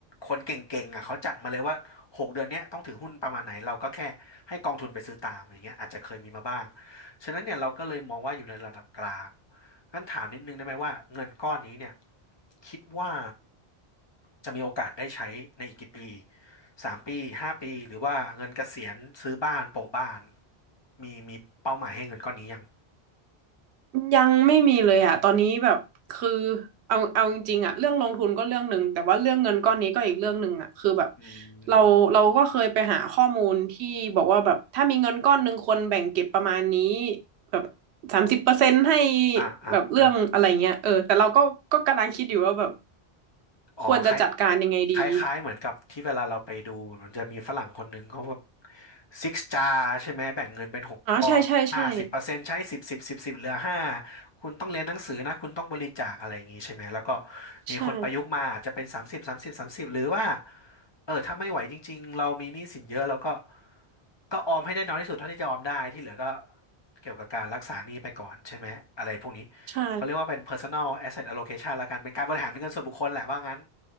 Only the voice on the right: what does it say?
ยังไม่มีเลยอ่ะตอนนี้แบบคือเอาเอาจริงๆอ่ะเรื่องลงทุนก็เรื่องหนึ่งแต่ว่าเรื่องเงินก้อนนี้ก็อีกเรื่องหนึ่งอ่ะคือแบบ
เราเราก็เคยไปหาข้อมูลที่บอกว่าแบบถ้ามีเงินก้อนหนึ่งคนแบ่งเก็บประมาณนี้แบบสามสิบเปอร์เซ็นต์ให้
แบบเรื่องอะไรเงี้ยเออแต่เราก็ก็กำลังคิดอยู่ว่าแบบ
ควรจะจัดการยังไงดี
อ๋อใช่ใช่ใช่
ใช่
ใช่